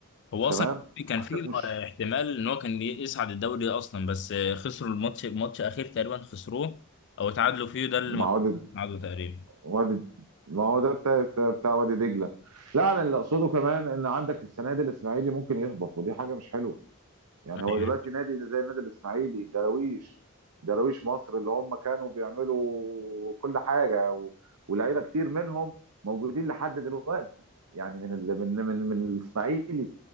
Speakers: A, on the left; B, on the right.
A: هو أصلا
B: تمام
A: كان
B: عندك
A: في
B: مش
A: احتمال إن هو كان يصعد الدوري أصلا بس خسروا الماتش ماتش أخير تقريبا خسروه أو تعادلوا فيه ده اللي
B: مع
A: ما
B: وادي
A: تعادلوا تقريبا
B: وادي ما هو ده بتاع بتاع وادي دجله لا انا اللي اقصده كمان ان عندك السنه دي الاسماعيلي ممكن يهبط ودي حاجه مش حلوه يعني هو
A: أيوه.
B: دلوقتي نادي زي النادي الاسماعيلي الدراويش دراويش مصر اللي هم كانوا بيعملوا كل حاجه و... ولاعيبه كتير منهم موجودين لحد دلوقتي يعني من ال... من من من الاسماعيلي